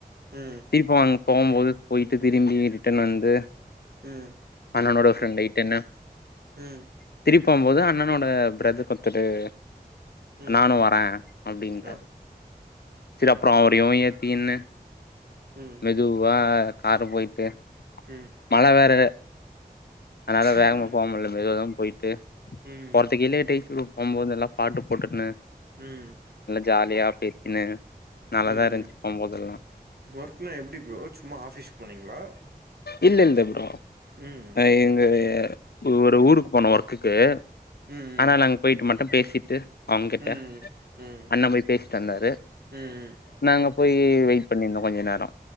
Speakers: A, on the right (about 80°); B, on the left (about 85°).
A: ம்
B: திருப்போ அங்க போம்போது போயி தி திரும்பி ரிட்டன் வந்து
A: ம்
B: அண்ணனோட ஃப்ரெண்ட்ட இட்டுனு
A: ம்
B: திருப் போம்போது அண்ணா னோட பிரதர் <unintelligible>
A: ம்
B: நானு வரே அப்டின்ட்டார்
A: ஆ
B: செரி அப்ரோ ஏதியோ ஏத்திகுன்னு
A: ம்
B: மெதுவா காரு போய்ட்டு
A: ம்
B: மழ வேற அதனால வேகமா
A: ம்
B: போக முடில மெதுவதா போயிட்டு
A: ம்
B: போறத்துக்கே லேட் ஆய்ச்சு இப்போ போம்போது நல்லா பாட்டு போட்டுக்ன்னு
A: ம்
B: ஜாலியா பேசினு நல்லாதா
A: ம்
B: இருந்ச்சு போம்போதெல்லா
A: ஒர்க்னா எப்டி ப்ரோ சும்மா ஆஃபீஸ் போனீங்களா
B: இல்ல இல்ல ப்ரோ
A: ம்
B: ஆ எங்க ஏ ஒ ஒரு ஊருக்கு போனோ ஒர்க் குக்கு
A: ம்
B: ஆனா நாங்க போய்ட்டு மட் டு பேசிட்டு அவங்கிட்ட
A: ம் ம் ம்
B: அண்ணா போய் பேசிட்டு வந்தாரு
A: ம்
B: நாங்க போய் வெயிட் பண்ணிருந்தோ கொஞ்ச நேரோ